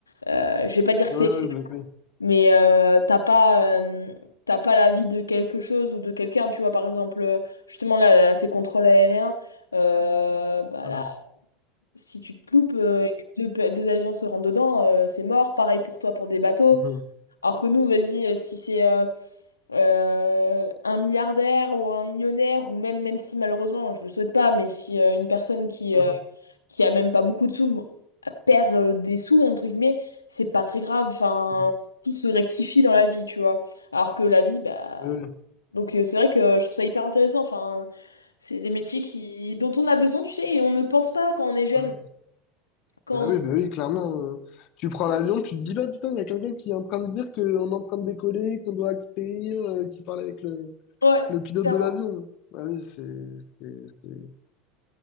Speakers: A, on the left; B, on the left.
A: Euh, je vais pas dire que
B: Ouais,
A: c'est,
B: ouais, bah oui.
A: mais euh, t'as pas, euh, t'as pas l'avis de quelque chose ou de quelqu'un, tu vois, par exemple, euh, justement, là, là, ces contrôles aériens, euh, bah
B: Mhm,
A: là, si tu te loupes euh, et que deux, pa- deux avions se rentrent dedans, euh, c'est mort. Pareil pour toi pour des bateaux.
B: mhm,
A: Alors que nous, vas-y, euh, si c'est euh, euh, un milliardaire ou un millionnaire, ou même, même si malheureusement, je le souhaite pas, mais si euh, une personne qui,
B: mhm,
A: euh, qui a même pas beaucoup de sous, perd euh, des sous, entre guillemets, c'est pas très grave. Enfin,
B: mhm, mhm.
A: tout se rectifie dans la vie, tu vois. Alors que la vie, bah.
B: Ouais, ouais.
A: Donc, euh, c'est vrai que je trouve ça hyper intéressant. Enfin, c'est des métiers qui... dont on a besoin, tu sais, et on ne pense pas quand on est jeune.
B: Mhm.
A: Quand
B: Bah oui, bah oui, clairement. euh, tu prends l'avion, tu te dis, bah putain, il y a quelqu'un qui est en train de dire qu'on est en train de décoller, qu'on doit atterrir, euh, qui parle avec le,
A: on- Ouais,
B: Le pilote
A: clairement.
B: de l'avion. Ah oui, c'est, c'est, c'est,